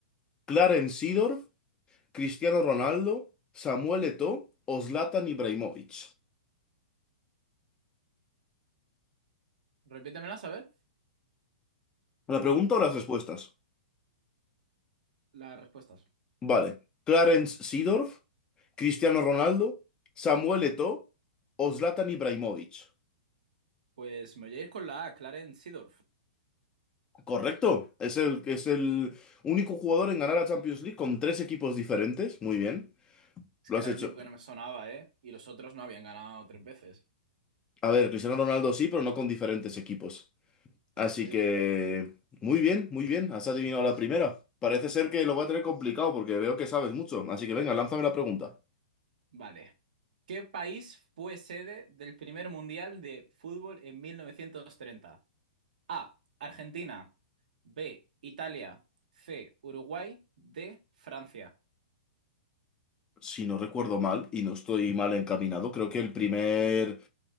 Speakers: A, on the left; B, on the right.
A: Clarence Seedorf, Cristiano Ronaldo, Samuel Eto'o o Zlatan Ibrahimovic?
B: Repítemelas a ver
A: ¿La pregunta o las respuestas?
B: las respuestas.
A: Vale. Clarence Seedorf, Cristiano Ronaldo, Samuel Eto'o o Zlatan Ibrahimovic.
B: Pues me voy a ir con la A, Clarence Seedorf.
A: Correcto. Es el, es el único jugador en ganar la Champions League con tres equipos diferentes. Muy bien.
B: Es
A: Lo
B: que
A: has
B: era
A: hecho.
B: el único que no me sonaba, ¿eh? Y los otros no habían ganado tres veces.
A: A ver, Cristiano Ronaldo sí, pero no con diferentes
B: Eh,
A: equipos.
B: Por
A: Así
B: eso digo.
A: que... Muy bien, muy bien. Has adivinado la primera. Parece ser que lo voy a tener complicado porque veo que sabes mucho. Así que venga, lánzame la pregunta.
B: Vale. ¿Qué país fue sede del primer mundial de fútbol en 1930? A. Argentina. B. Italia. C. Uruguay. D. Francia.
A: si no recuerdo mal, y no estoy mal encaminado, creo que el primer